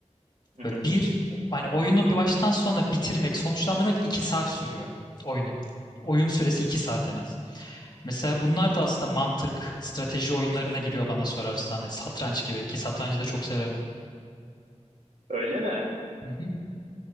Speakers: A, on the right; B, on the left.
A: hı
B: Ve bir hani oyunu bir baştan sona bitirmek, sonuçlandırmak iki saat sürüyor oyunu. Oyun süresi iki saat en az. Mesela bunlar da aslında mantık, strateji oyunlarına giriyor bana sorarsan. Hani satranç gibi ki satrancı da çok severim.
A: Öyle mi?
B: Hı hı.